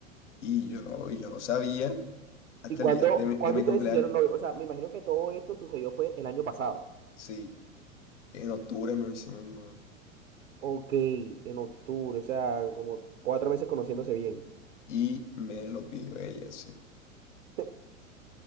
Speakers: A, on the left; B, on the right.
A: y yo no, y yo no sabía hasta
B: ¿Y cuándo,
A: el día de mi, de
B: cuándo
A: mi
B: ustedes
A: cumpleaños,
B: se hicieron novio? O sea, me imagino que todo esto sucedió fue el año pasado.
A: sí, en octubre no hicimos nada,
B: Ok, en octubre, o sea, como cuatro meses conociéndose bien.
A: y me lo pidió ella, sí,
B: <laughs>